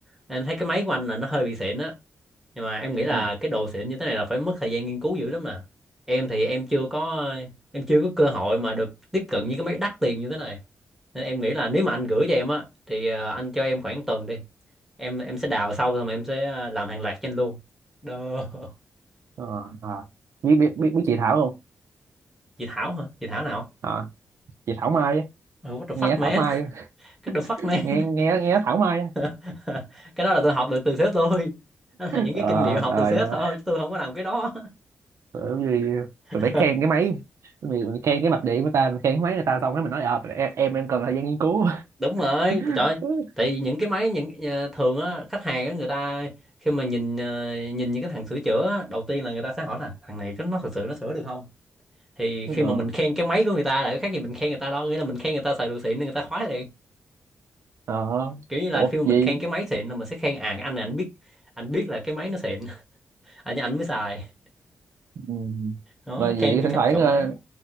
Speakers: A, in the centre; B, on the right.
A: em thấy cái máy của anh là nó hơi bị xịn á nhưng mà em nghĩ là
B: Ừ.
A: cái đồ xịn như thế này là phải mất thời gian nghiên cứu dữ lắm nè em thì em chưa có em chưa có cơ hội mà được tiếp cận những cái máy đắt tiền như thế này nên em nghĩ là nếu mà anh gửi cho em á thì à, anh cho em khoảng tuần đi em em sẽ đào sâu rồi mà em sẽ à, làm hàng loạt cho anh luôn đơ <laughs>
B: ờ, à. biết biết biết biết chị Thảo không
A: chị Thảo hả chị Thảo nào
B: à, chị Thảo Mai á.
A: oh, what the fuck
B: nghe
A: man
B: Thảo Mai
A: <laughs>
B: á.
A: cái the fuck
B: <laughs>
A: man
B: nghe nghe nghe Thảo Mai á.
A: <laughs> cái đó là tôi học được từ sếp tôi đó là những
B: ờ
A: cái kinh nghiệm học
B: ờ
A: từ sếp
B: dạ.
A: thôi chứ tôi không có làm cái đó
B: Ờ, như
A: <laughs>
B: mình phải khen cái máy mình, mình khen cái mạch điện của ta mình khen cái máy người ta xong cái mình nói à, em em đang cần thời gian nghiên cứu
A: đúng rồi
B: <laughs>
A: trời ơi, tại vì những cái máy những ờ, thường á khách hàng á người ta khi mà nhìn ờ, nhìn những cái thằng sửa chữa á, đầu tiên là người ta sẽ hỏi là thằng này có nó thật sự nó sửa được không thì
B: ờ
A: khi mà mình khen cái máy của người ta là cái khác gì mình khen người ta đâu nghĩa là mình khen người ta xài đồ xịn nên người ta khoái liền
B: ờ
A: kiểu như là
B: ủa
A: khi mà mình
B: gì
A: khen cái máy xịn là mình sẽ khen à cái anh này anh biết anh biết là cái máy nó xịn <laughs> anh anh mới xài
B: ừ.
A: đó
B: mà
A: khen
B: vậy
A: cái
B: thỉnh
A: cách
B: thoảng
A: chọn
B: ờ,
A: máy